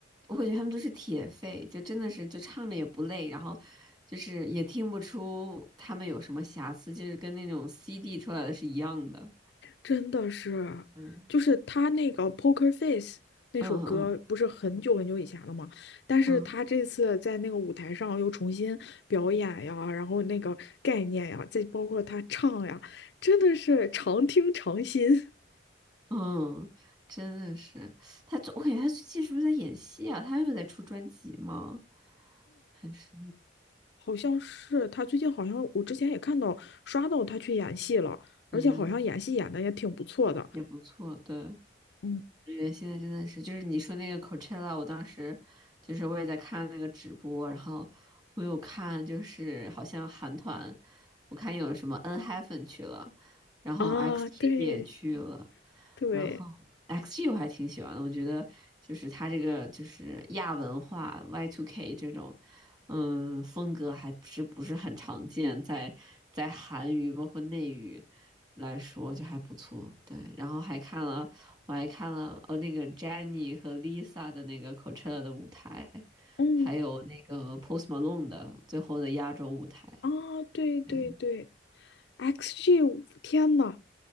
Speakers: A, on the right (about 20°); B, on the left (about 60°).
A: 我感觉他们都是铁肺，就真的是就唱着也不累，然后就是也听不出他们有什么瑕疵，就是跟那种 CD 出来的是一样的。
B: 真的是，
A: 嗯
B: 就是他那个《Poker Face》那首歌，
A: 嗯嗯
B: 不是很久很久以前了吗？但是他这次在那个舞台上又重新表演呀，
A: 嗯
B: 然后那个概念呀，再包括他唱呀，真的是常听常新。
A: 嗯，真的是他，我感觉他最近是不是在演戏啊？他又在出专辑吗？还是
B: 好像是他最近好像我之前也看到刷到他去演戏了，
A: 对对对，
B: 而且好像演戏演的也挺不错的。
A: 也不错，对。
B: 嗯，
A: 感觉现在真的是，就是你说那个 Coachella，我当时就是我也在看那个直播，然后我有看，就是好像韩团，我看有什么 n h y p e n 去了，然后
B: 啊，
A: XG
B: 对
A: 也去了，
B: 对，
A: 然后 XG 我还挺喜欢的，我觉得就是他这个就是亚文化 Y2K 这种，嗯，风格还是不是很常见，在在韩语包括内语来说就还不错。对，然后还看了，我还看了呃那个 Jennie 和 Lisa 的那个 Coachella 的舞台，
B: 嗯，
A: 还有那个 Post Malone 的最后的压轴舞台。
B: 啊，对对对
A: 对，
B: ，XG，天呐，